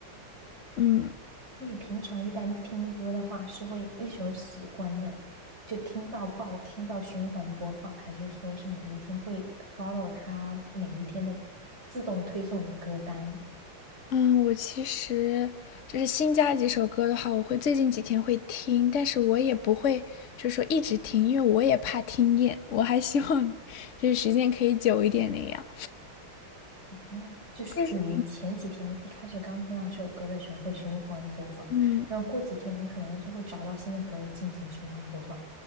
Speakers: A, on the left; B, on the right.
A: 嗯
B: 那你平常一般听歌的话，是会一首喜欢的就听到爆，听到循环播放，还是说是每一天会 follow 它每一天的自动推送的歌单？
A: 嗯，我其实就是新加几首歌的话，我会最近几天会听，但是我也不会就是说一直听，因为我也怕听厌，我还希望就是时间可以久一点那样。
B: 嗯，就是属于前几天一开始刚听到这首歌的时候会循环播放，
A: 但是嗯，
B: 然后过几天可能就会找到新的歌进行循环播放。